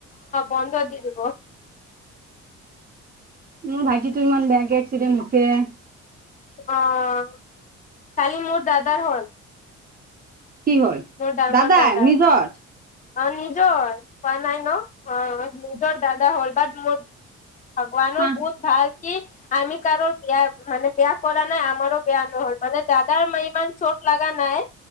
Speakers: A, on the left; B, on the right.
A: বন্ধ দি দিব।
B: মোৰ ভাইটিটো ইমান বেয়াকে এক্সিডেণ্ট হৈছে।
A: অঁ, কালি মোৰ দাদাৰ হ'ল।
B: কি হ'ল
A: মোৰ ডাঙৰ
B: দাদা
A: দাদাৰ
B: নিজৰ?
A: অ নিজৰ কোৱা নাই ন, অ নিজৰ দাদা হল বাট মোৰ ভগৱানৰ
B: হা
A: বহুত ভাল কি আমি কাৰো বিয়া মানে বেয়া কৰা নাই আমাৰো বেয়া নহল মানে দাদাৰ মাই মান চোট লাগ নাই